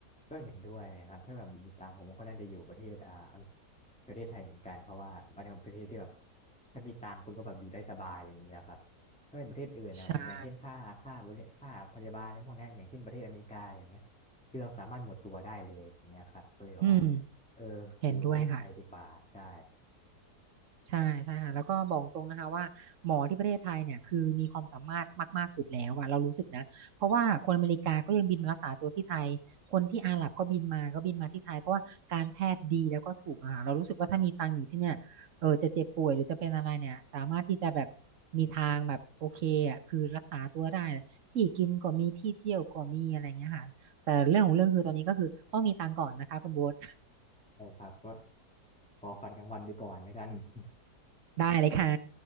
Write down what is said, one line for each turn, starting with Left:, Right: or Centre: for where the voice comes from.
Centre: ก็เห็นด้วยครับถ้าแบบติดตามผมก็น่าจะอยู่ประเทศอ่าอังประเทศไทยเหมือนกันเพราะว่ามันเป็นประเทศที่แบบถ้ามีตังค์คุณก็แบบอยู่ได้สบายอย่างนี้แะครับถ้าเป็นประเทศอื่นเนี่ยอย่างเช่นค่าค่าบริค่าพยาบาลในพวกเนี้ยอย่างเช่นประเทศอเมริกาอย่างเงี้ยคือเราสามารถหมดตัวได้เลยอย่างเงี้ยครับก็เลยแบบว่า
Right: ใช่อืม
Centre: เออ
Right: เห็นด้วยค่ะ
Centre: อยู่ประเทศไทยดีกว่าใช่
Right: ใช่ใช่ค่ะแล้วก็บอกตรงนะคะว่าหมอที่ประเทศไทยเนี่ยคือมีความสามารถมากๆสุดแล้วอะเรารู้สึกนะเพราะว่าคนอเมริกาก็ยังบินมารักษาตัวที่ไทยคนที่อาหรับก็บินมาก็บินมาที่ไทยเพราะว่าการแพทย์ดีแล้วก็ถูกอะค่ะเรารู้สึกว่าถ้ามีตังค์อยู่ที่เนี่ยเออจะเจ็บป่วยหรือจะเป็นอะไรเนี่ยสามารถที่จะแบบมีทางแบบโอเคอะคือรักษาตัวได้ที่กินก็มีที่เที่ยวก็มีอะไรเงี้ยค่ะแต่เรื่องของเรื่องคือตอนนี้ก็คือต้องมีตังค์ก่อนนะคะคุณโบ๊ท
Centre: ใช่ครับก็ขอฝันกลางวันไปก่อนแล้วกัน <laughs>
Right: ได้เลยค่ะ